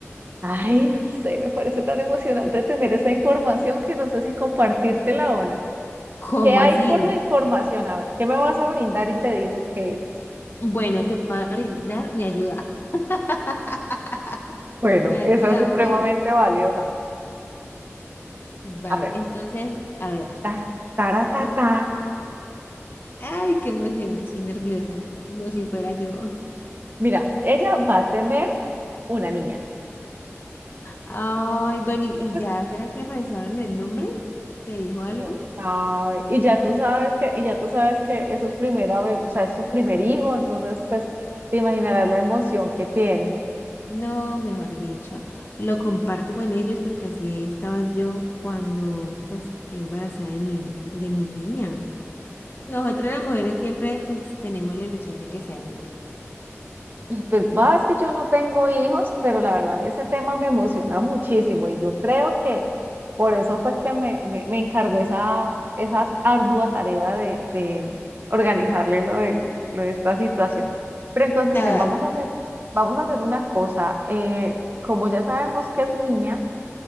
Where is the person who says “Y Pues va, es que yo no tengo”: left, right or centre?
Right